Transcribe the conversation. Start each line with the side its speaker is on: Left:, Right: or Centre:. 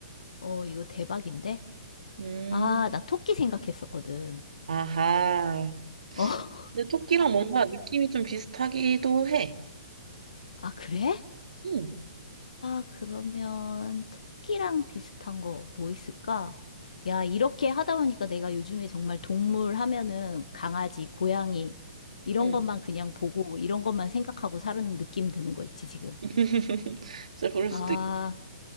Left: 어, 이거 대박인데?
Right: 음.
Left: 아, 나 토끼 생각했었거든.
Right: 아하.
Left: 어, <laughs>
Right: 근데 토끼랑 뭔가 느낌이 좀 비슷하기도 해.
Left: 아, 그래?
Right: 음.
Left: 아, 그러면 토끼랑 비슷한 거 뭐 있을까? 야, 이렇게 하다 보니까 내가 요즘에 정말 동물 하면은 강아지, 고양이 이런
Right: 음.
Left: 것만 그냥 보고 이런 것만 생각하고 사는 느낌 드는 거 있지, 지금.
Right: <laughs> 진짜 그럴
Left: 아,
Right: 수도 있겠다.